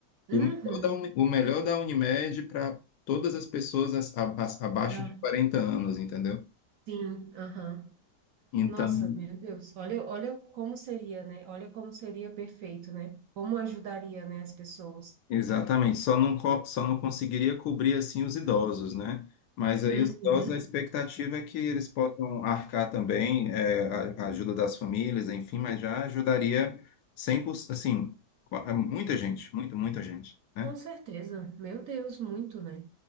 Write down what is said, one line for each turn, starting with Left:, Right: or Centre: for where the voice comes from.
Right: Uhum.
Left: o melhor da, Uni- o melhor da Unimed para todas as pessoas as- a- a- abaixo
Right: Ah,
Left: de 40 anos, entendeu?
Right: sim, aham.
Left: Então,
Right: Nossa, meu Deus, olha, olha como seria, né? Olha como seria perfeito, né? Como ajudaria, né, as pessoas.
Left: exatamente, só não, co- só não conseguiria cobrir assim os idosos, né? Mas aí
Right: Uhum.
Left: os idosos, a expectativa é que eles possam arcar também, é, a, a ajuda das famílias, enfim, mas já ajudaria 100%, assim, qua- é muita gente, muito, muita gente, né?
Right: Com certeza, meu Deus, muito, né?